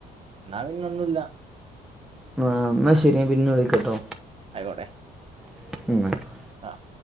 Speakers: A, on the right (about 35°); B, in the centre.
A: എന്നാ പിന്നൊന്നുല്ലാ
B: ആഹ് എന്നാ ശരി പിന്നെ വിളിക്കട്ടോ
A: ആയിക്കോട്ടെ
B: ഉം
A: ആഹ്